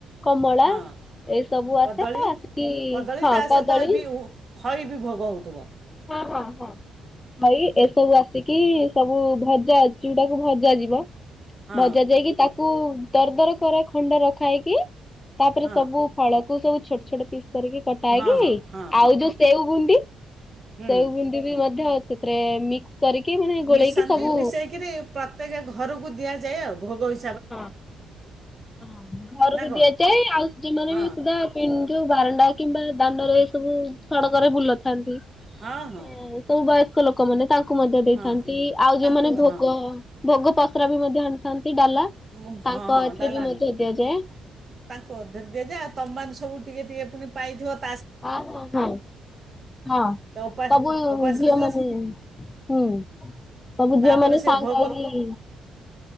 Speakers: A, on the left; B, on the right.
A: କମଳା
B: ହଁ
A: ଏ ସବୁ
B: କଦଳୀ
A: ଆସେ ଆସିକି
B: କଦଳୀ
A: ହଁ
B: ତା
A: କଦଳୀ
B: ସହିତ ବି ଉ- ଖଇ ବି ଭୋଗ ହଉଥିବ।
A: ହଁ ହଁ ହଁ ଖଇ ଏସବୁ ଆସିକି ସବୁ ଭଜା ଅଛି ଗୁଡାକୁ ଭଜା ଯିବ।
B: ହଁ
A: ଭଜା ଯାଇକି ତାକୁ କୁ ଦର ଦର କର ଖଣ୍ଡ ରଖା ହେଇକି ତାପରେ
B: ହଁ
A: ସବୁ ଫଳକୁ ସବୁ ଛୋଟ ଛୋଟ ପିସ୍ କରିକି କଟା
B: ହଁ
A: ହେଇକି
B: ହଁ ହଁ
A: ଆଉ ଯୋଉ ସେଉ ବୁ ନ୍ଦି
B: ହୁଁ
A: ସେଉ ବୁନ୍ଦି ବି ମଧ୍ୟ ସେଥିରେ ମିକ୍ସ କରିକି ମାନେ ଗୋଳେଇକି
B: ମିଶାନ୍ତି
A: ସବୁ
B: ମିଶେଇକିରି ପ୍ରତ୍ୟେକ ଘରକୁ ଦିଆ ଯାଏ ଆଉ ଭୋଗ ହି
A: ହଁ ହଁ ଘରକୁ
B: ନା କ'ଣ
A: ଦିଆଯାଏ। ଆଉ ଦିନରେ
B: ହଁ
A: ବି ସୁଦ୍ଧା ପିନ୍ଧୁ ବାରଣ୍ଡା କିମ୍ବା ଦାଣ୍ଡରେ ଏ ସବୁ ସଡ଼କରେ ବୁଲଥାନ୍ତି। ସେ
B: ହଁ ହଁ
A: ସବୁ ବା ତାଙ୍କ ଲୋକମାନେ ତାଙ୍କ ଙ୍କୁ ମଧ୍ୟ ଦେଇଥାନ୍ତି
B: ହଁ
A: ଆଉ
B: ତାଙ୍କୁ
A: ଯୋଉମାନେ ଭୋଗ
B: ହଁ
A: ଭୋଗ ତ୍ରା ବି ମଧ୍ୟ ଆଣିଥାନ୍ତି ଡାଲା
B: ମୁଁ ଭ
A: ତାଙ୍କ
B: ହଁ
A: ଏଥିରେ
B: ଡାଲା
A: ବି ମଧ୍ୟ
B: ଆଣି
A: ଦିଆଯାଏ
B: ତାଙ୍କୁ ଅଧର ଦିଆଯାଏ ଆଉ ତମେ ସ ସବୁ ଟିକେ ଟିକେ ପୁଣି ପାଇଥିବ ତ
A: ଅହୋ ହଁ ହଁ
B: ତ ଉପାସ
A: ସବୁ
B: ଉପାସରେ
A: ଝିଅ
B: ଥିଲେ
A: ମାନେ ହୁଁ ସବୁ
B: ତାପରେ
A: ଝିଅ ମାନେ
B: ସେ
A: ସାଙ୍ଗ
B: ଭୋଗ
A: ହେଇକି